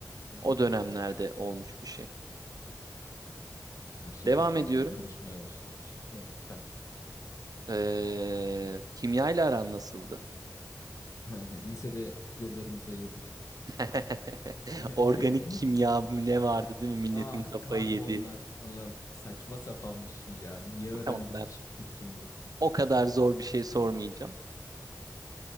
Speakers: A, on the left (about 55°); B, on the right (about 65°).
A: Hı hı.
B: O dönemlerde olmuş bir şey.
A: Her şey
B: Devam
A: tekrardan
B: ediyorum.
A: karışmaya başlamış. Evet, güzel.
B: Ee, kimya ile aran nasıldı?
A: <laughs> Lisede yollarımızı ayırdık.
B: <laughs>
A: <laughs>
B: Organik kimya mı ne vardı değil mi? Milletin
A: Ah
B: kafayı
A: karbonlar
B: yedi.
A: falan saçma sapan bir şey ya. Niye öğrendim
B: Tamam ben
A: hiçbir fikrim yok.
B: o kadar zor bir şey sormayacağım.